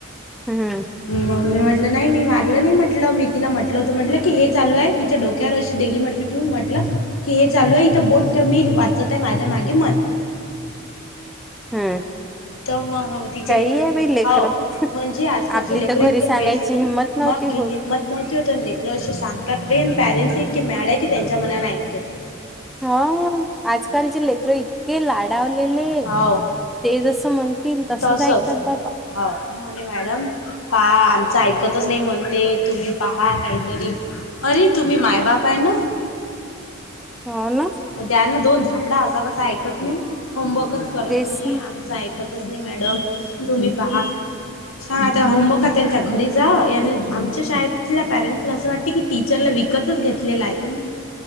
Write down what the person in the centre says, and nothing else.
हम्म
हम्म
काही
आहे बाई लेकरं
आपली
तर
घरी सांगायची
हिंमत नव्हती
होत.
हो, आजकालचे लेकर इतके लाडावलेले,
ते जसं म्हण तील तसच
ऐकतात बाबा
हो ना.
तेच
ना